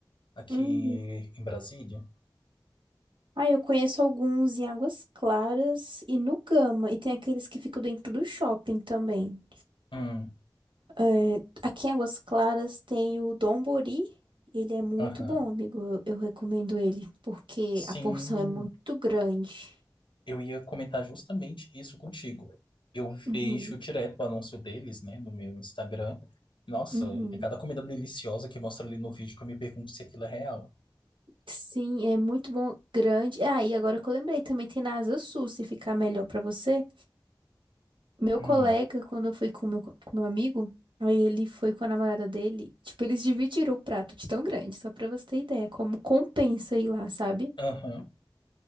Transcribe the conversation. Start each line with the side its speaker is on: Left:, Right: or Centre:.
Left: Aqui
Right: Hum.
Left: em Brasília.
Right: Ah, eu conheço alguns em Águas Claras e no Gama. E tem aqueles que ficam dentro do shopping também.
Left: Hum,
Right: É, aqui em Águas Claras tem o Dombori. Ele é muito
Left: aham.
Right: bom, amigo. Eu, eu recomendo ele, porque
Left: Sim,
Right: a porção é muito grande.
Left: eu ia comentar justamente isso contigo. Eu vejo
Right: Uhum,
Left: direto o anúncio deles, né, no meu Instagram. Nossa,
Right: uhum.
Left: é cada comida deliciosa que mostra ali no vídeo que eu me pergunto se aquilo é real.
Right: Sim, é muito bom, grande. Ah, e agora que eu lembrei, também tem na Asa Sul, se ficar melhor pra você. Meu
Left: Hum,
Right: colega, quando eu fui com meu, co- com meu amigo, aí ele foi com a namorada dele. Tipo, eles dividiram o prato de tão grande, só pra você ter ideia, como compensa ir lá, sabe?
Left: aham.